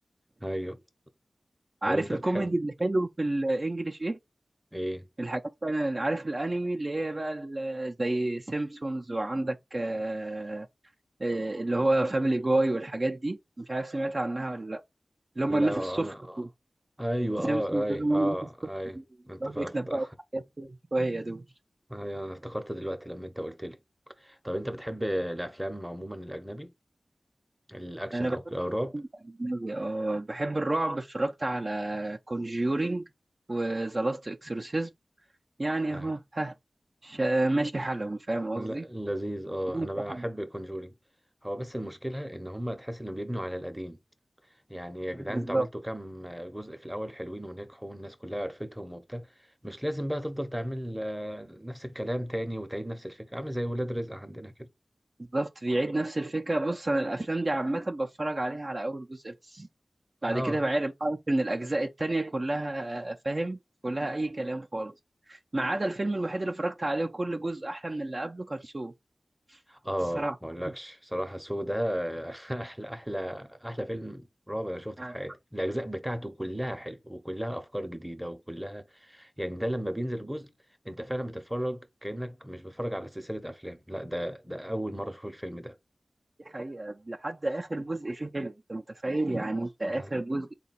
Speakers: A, in the centre; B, on the right (about 35°).
A: أيوه طب
B: عارف
A: أنت
B: الكوميدي
A: بتحب
B: اللي حلو في الانجليش ايه
A: إيه
B: الحاجات فعلا عارف الانمي اللي هي بقى ال- زي سيمبسونز وعندك آه، آه، اللي هو فاميلي جاي والحاجات دي مش عارف سمعت عنها ولا لا اللي هم
A: لا
B: الناس السوفت
A: انا
B: دول
A: ايوه
B: سيمبسونز
A: اه ايوه
B: دول هم
A: اه
B: الناس السوفت
A: ايوه
B: دي
A: انت
B: بيقعدوا
A: فقفت
B: يتنبأوا
A: <laughs>
B: بحاجات كده شوية دول
A: ايوه انا افتكرت دلوقتي لما انت قلت لي طب انت بتحب الافلام عموما الاجنبي الاكشن
B: انا بحب
A: او او الرعب
B: الأجنبي، اه بحب الرعب اتفرجت على كونجيورينج وذا لاست اكسورسيزم يعني
A: ايوه
B: اهو ها شا- ماشي حالهم فاهم قصدي
A: لا لذيذ اه
B: ماشي
A: انا بقى
B: حالهم
A: احب كونجورينج هو بس المشكله ان هم تحس انهم بيبنوا على القديم يعني يا جدعان
B: بالظبط
A: انتوا عملتوا كام جزء في الاول حلوين ونجحوا والناس كلها عرفتهم وبتاع مش لازم بقى تفضل تعمل آه، نفس الكلام تاني وتعيد نفس الفكره عامل زي ولاد رزق عندنا كده
B: بالظبط بيعيد نفس الفكرة بص أنا الأفلام دي عامة بتفرج عليها على أول جزء بس بعد
A: اه
B: كده بعرف بعرف إن الأجزاء التانية كلها فاهم كلها أي كلام خالص ما عدا الفيلم الوحيد اللي اتفرجت عليه كل جزء أحلى من اللي قبله كان سو
A: اه
B: الصراحة
A: ما اقولكش صراحه سو ده <laughs> احلى احلى احلى فيلم رعب انا شفته
B: يعني
A: في حياتي الاجزاء بتاعته كلها حلو وكلها افكار جديده وكلها يعني ده لما بينزل جزء انت فعلا بتتفرج كانك مش بتتفرج على سلسله افلام لا ده ده اول مره اشوف الفيلم ده
B: دي حقيقة لحد آخر جزء فيه حلو أنت متخيل يعني أنت آخر
A: آه.
B: جزء